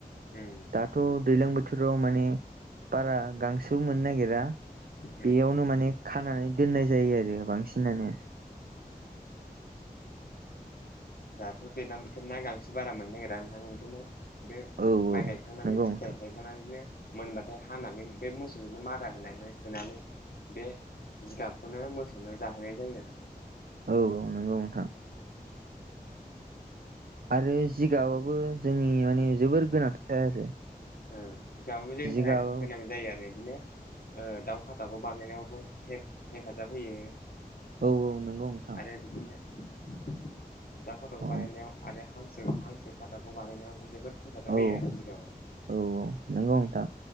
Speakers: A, on the left (about 70°); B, on the right (about 70°).
A: उम
B: दाथ' दैलां बोथोराव माने बारा गांसो मोननो नागिरा
A: उम
B: बेयावनो माने खानानै दोननाय जायो आरो बांसिनानो
A: उम दाथ' दैज्लां बोथोर ना गांसो बारा मोननो नागिरा नोंथां ओंखायनो बे
B: औ
A: माइ गायखांनानै
B: नंगौ
A: फिथाइ
B: नोंथां
A: थाइ नानैनो मोनबाथाय हानानै बे मोसौजोंनो मारा होनानै होनानै बे जिगाबखौनो मोसौनो जाहोनाय जायो आरो नोंथां
B: औ औ नंगौ नोंथां। आरो जिगाबाबो जोंनि माने जोबोर गोनांथार आरो
A: उम जिगाबाबो जोंनि
B: जिगाब
A: थाखाय गोनां जायो आरो बिदिनो ओ दाउ खाथाखौ बानायनायावबो हेफ हेफाजाब होयो।
B: औ नंगौ नोंथां
A: आरो बिदिनो दा फट'खौ
B: औ
A: बानायनायाव आरो हांसो हांसो खादाखौ बानायनायावबो जोबोद हेफाजाब
B: औ
A: होयो आरो जिगाङावबो
B: औ औ नंगौ नोंथां